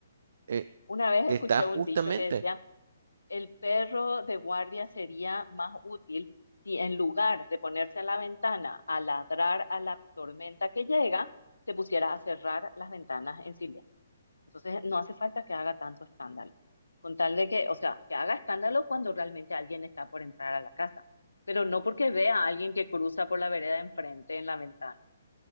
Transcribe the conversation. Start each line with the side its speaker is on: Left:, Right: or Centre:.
Right: Eh,
Left: Una vez
Right: está
Left: escuché un
Right: justamente.
Left: dicho que decía, el perro de guardia sería más útil si en lugar de ponerse a la ventana a ladrar a la tormenta que llega, se pusiera a cerrar las ventanas en silencio. Entonces, no hace falta que haga tanto escándalo. Con tal de que, o sea, que haga escándalo cuando realmente alguien está por entrar a la casa, pero no porque vea a alguien que cruza por la vereda de enfrente en la ventana.